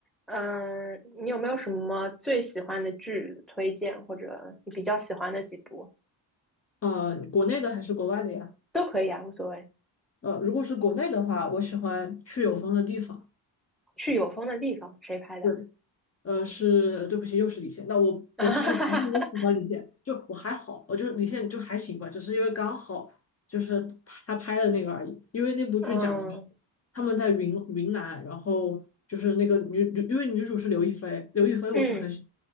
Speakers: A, in the centre; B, on the left (about 35°).
A: 嗯，你有没有什么最喜欢的剧推荐，或者你比较喜欢的几部
B: 呃，国内的还是国外的呀？
A: 都可以啊，无所谓。
B: 呃，如果是国内的话，我喜欢去有风的地方。
A: 去有风的地方，谁拍的？
B: 对。呃，是，对不起，又是李现。那我我其实不是因为喜欢李现，
A: <laughs>
B: 就我还好，我就是李现就还行吧，只是因为刚好就是他拍的那个而已。因为那部剧讲的是
A: 嗯
B: 他们在云云南，然后就是那个女，女因为女主是刘亦菲，刘亦菲我是很喜，
A: 嗯